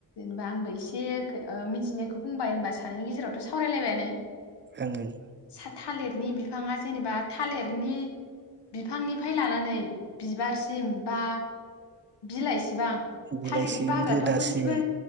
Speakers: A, on the left; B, on the right.
A: होमबा आंबो एसे ओ मिथिनायखौ बुंबाय होमबा सानैनि गेजेरावथ' सावरायलायबायानो
B: ओं ओं
A: सा थालिरनि बिफाङा जेनेबा थालिरनि बिफांनि फाय लानानै बिबारसिम बा बिलाइ बेसेबां
B: बेलाइसिम
A: थालिरनि बाहागोआथ'
B: रोदासिम
A: मोनसेबो